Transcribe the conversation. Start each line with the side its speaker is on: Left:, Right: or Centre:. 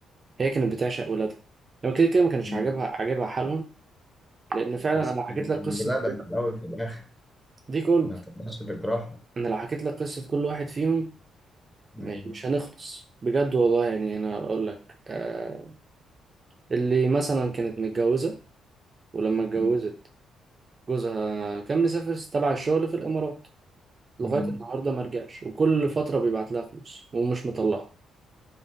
Right: هي كانت بتعشق ولادها لو كده كده ما كانش
Centre: مم.
Right: عاجبها عاجبها حالهم لان فعلا
Centre: بس
Right: انا حكيت لك قصه
Centre: الولادة في الاول وفي الاخر
Right: دي كولد
Centre: ما تقدرش تكرههم
Right: انا لو حكيت لك قصه كل واحد فيهم
Centre: مم.
Right: م- مش هنخلص بجد والله يعني انا اقول لك آه اللي مثلا كانت متجوزه ولما اتجوزت
Centre: مم.
Right: جوزها كان مسافر تبع الشغل في الامارات لغايه
Centre: مم.
Right: النهارده ما رجعش وكل فتره بيبعت لها فلوس ومش مطلقها